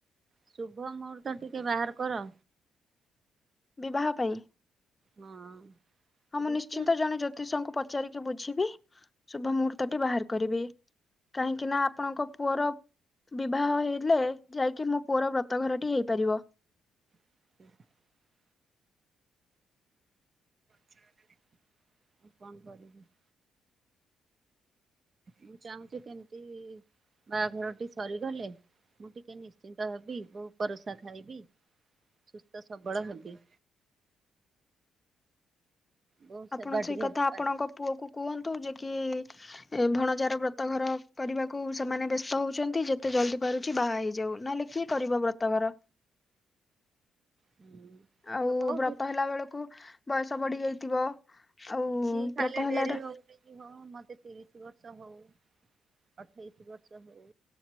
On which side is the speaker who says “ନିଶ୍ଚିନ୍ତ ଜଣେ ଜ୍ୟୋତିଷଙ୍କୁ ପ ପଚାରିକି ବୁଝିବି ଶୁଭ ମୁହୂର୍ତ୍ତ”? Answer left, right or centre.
Left